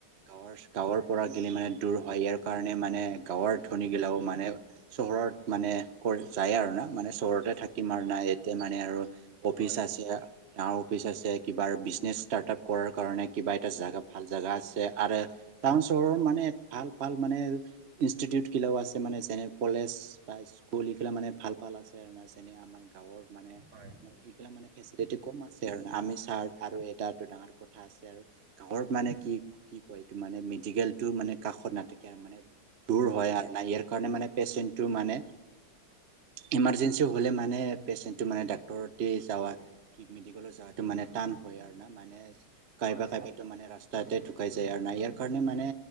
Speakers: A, on the right (about 45°); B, on the right (about 80°).
A: গাঁৱৰ গাঁৱৰ পৰা গ'লে মানে দূৰ হয় ইয়াৰ কাৰণে মানে গাঁৱৰ ধনিগিলাও মানে চহৰত মানে কৰি যায় আৰু না মানে চহৰতে থাকিম আৰু
B: হয়
A: নাই ইয়াতে মানে আৰু অফিচ
B: হয়
A: আছে। ডাঙৰ অফিচ আছে কিবাৰ বিজনেছ ষ্টাৰ্টআপ কৰাৰ কাৰণে কিবা এটা জেগা ভাল জোগা আছে আৰু টাউন চহৰত মানে ভাল ভাল মানে ইনষ্টিটিউটগিলাও আছে মানে যেনে কলেজ বা স্কুল এইবিলা মানে ভাল ভাল আছে আৰু না যেনে আমাৰ গাঁৱৰ মানে
B: হয়
A: এইগিলা মানে ফেচিলিটী কম আছে আৰু আমি চাৰ আৰু এ ডাঙৰ কথা আছে আৰু গাঁৱৰ মানে কি কি কয় এইটো মানে মেডিকেল টো মানে কাষত নাথাকে আৰু মানে দূৰ হয় আৰু নাই ইয়াৰ কাৰণে মানে পেচেণ্টটো মানে ইমাৰ্জেঞ্চি হ'লে মানে পেচেণ্টটো মানে ডাক্তৰতে যাৱা মেডিকেলত যাওতে মানে টান হয় আৰু না মানে কাইবা
B: হয়
A: কাইবা মানে ৰাস্তাতে ঢুকাই যায় আৰু নাই ইয়াৰ কাৰণে মানে